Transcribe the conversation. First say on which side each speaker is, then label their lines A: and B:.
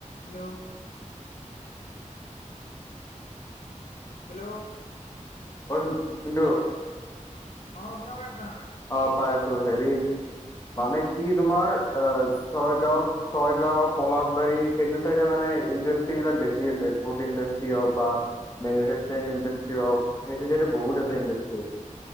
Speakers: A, on the left; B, on the left.
A: Hello - hello
B: অই জিণ্টু -
A: অঁ শুনা পাই আছা।
B: অ পাইছো, হেৰি মানে কি তোমাৰ অঁ ছয়গাঁৱত- ছয়গাঁও, পলাশবাৰী সেইটো চাইডে মানে ইণ্ডাষ্ট্ৰ্ৰী বিলাক বেছি আছে, ফুড ইণ্ডাষ্ট্ৰি হওক বা- মেনুফেচাৰিং ইণ্ডাষ্ট্ৰীয়ে হ‌ওক, সেইটো ছাইডে বহুত আছে ইণ্ডাষ্ট্ৰ্ৰী।